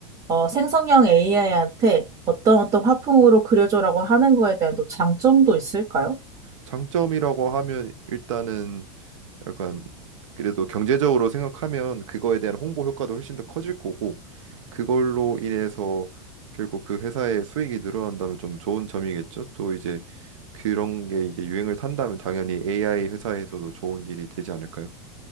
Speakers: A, on the right; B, on the right.
A: 어, 생성형 AI한테 어떤 어떤 화풍으로 그려줘라고 하는 거에 대한 또 장점도 있을까요?
B: 장점이라고 하면 일단은 약간 그래도 경제적으로 생각하면 그거에 대한 홍보 효과도 훨씬 더 커질 거고 그걸로 인해서 결국 그 회사의 수익이 늘어난다면 좀 좋은 점이겠죠. 또 이제 그런 게 이제 유행을 탄다면 당연히 AI 회사에서도 좋은 일이 되지 않을까요?